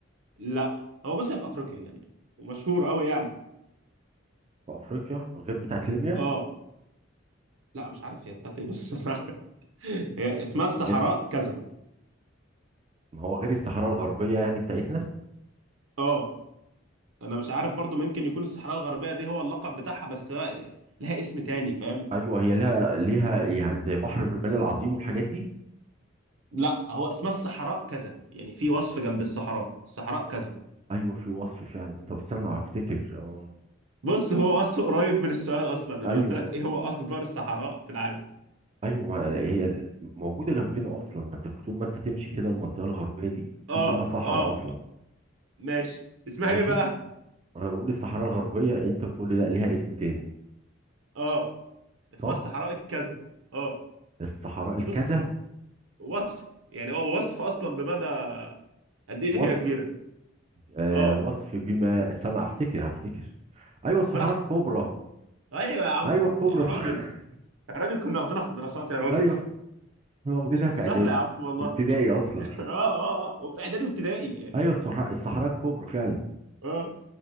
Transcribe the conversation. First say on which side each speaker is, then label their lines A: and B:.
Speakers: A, on the right; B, on the right.
A: لا هو بص هي في افريقيا يعني ومشهور قوي يعني
B: في افريقيا غير بتاعت ليبيا
A: اه لا مش عارف هي بتاعت ايه بس انا <laughs> هي اسمها الصحراء
B: انت
A: كذا
B: ما هو غير الصحراء الغربيه يعني بتاعتنا
A: اه انا مش عارف برضو ممكن يكون الصحراء الغربيه دي هو اللقب بتاعها بس هي- لها اسم تاني فاهم
B: ايوه هي ليها ليها يعني زي بحر الرمال العظيم والحاجات دي
A: لا هو اسمها الصحراء كذا يعني في وصف جنب الصحراء الصحراء كذا
B: ايوه في وصف فعلا طب استنى هفتكر اه
A: بص هو وصفه قريب من السؤال اصلا انا
B: ايوه
A: قلت لك ايه هو اكبر صحراء في العالم
B: ايوه ما هي موجوده جنبنا اصلا ما انت طول ما انت تمشي كده المنطقه الغربيه دي
A: اه
B: دي كلها صحراء
A: اه
B: اصلا
A: ماشي اسمها
B: ماشي
A: ايه بقى
B: انا بقول الصحراء الغربيه انت بتقول لي لا ليها اسم تاني
A: اه اسمها
B: صح
A: الصحراء الكذا اه
B: الصحراء الكذا
A: بص وصف يعني هو وصف اصلا بمدى قد ايه
B: وصف
A: هي كبيره
B: آه
A: اه
B: وصف بما استنى هفتكر هفتكر ايوه الصحراء
A: براحتك
B: الكبرى
A: ايوه يا عم
B: ايوه الكبرى
A: يا راجل
B: صح <laughs>
A: يا راجل كنا واخدينها في الدراسات يا راجل
B: ايوه احنا واخدينها في
A: سهله
B: اعدادي
A: يا عم والله
B: في ابتدائي
A: <laughs>
B: اصلا
A: اه اه اه وفي اعدادي وابتدائي يعني
B: ايوه الصحراء الصحراء الكبرى فعلا
A: اه